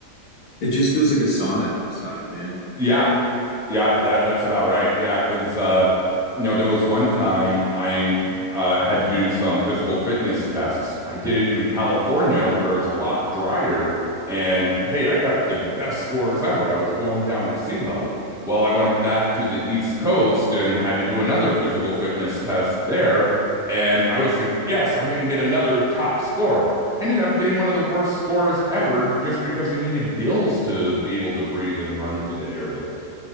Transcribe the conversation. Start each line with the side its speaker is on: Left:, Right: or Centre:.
Left: It just feels like a sauna outside, man.
Centre: Yeah, Yeah, that that's about right. Yeah, because uh, you know, there was one time I uh, had to do some physical fitness tests. I did it in California, where it's a lot drier. And hey, I got the best scores ever. I was going down to sea level. Well, I went back to the East Coast and had to do another physical fitness test there. And I was thinking, yes, I'm going to get another top score. Ended up getting one of the worst scores ever just because he needed gills to be able to breathe and run through the air there.